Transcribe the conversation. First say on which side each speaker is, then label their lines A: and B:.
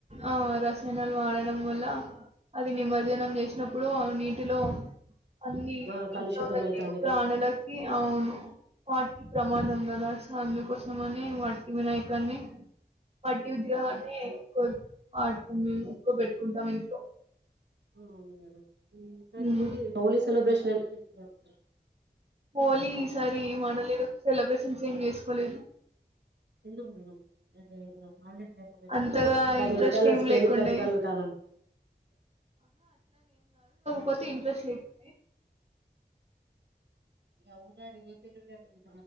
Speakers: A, on the right (about 40°); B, on the right (about 90°).
A: ఆ రసాయనాలు వాడడం వల్ల అది నిమజ్జనం చేసినప్పుడు నీటిలో అన్ని
B: ఆ
A: నీట్లో
B: కలుషితం
A: ఉన్న
B: అయితాంది
A: జీవప్రాణులకి
B: కదా
A: అవును వాటికి ప్రమాదం గదా అందుకోస్రమనే వట్టి వినాయకాన్ని మట్టి విగ్రహాన్ని ఎక్ వాడుతాం మేము ఎక్కువ పెట్టుకుంటాం ఇంట్లో
B: మ్మ్ ఈసారి
A: ఉమ్.
B: హోలీ హోలీ సెలబ్రేషన్ ఎలా జరుపుకున్నారు మీరు
A: హోలీ ఈసారి ఏం ఆడలేదు సెలబ్రేషన్స్ ఏం చేసుకోలేదు
B: ఎందుకు మేడం <unintelligible> హాలీడేస్ లేకుండేనా
A: అంతగా
B: లేపోతే మేడం
A: ఇంట్రెస్ట్ ఏం లేకుండే పోతే ఇంట్రెస్ట్ లేకుండే
B: ఇంగ అవుదా రిలేటివ్స్ ఉన్నట్టుంది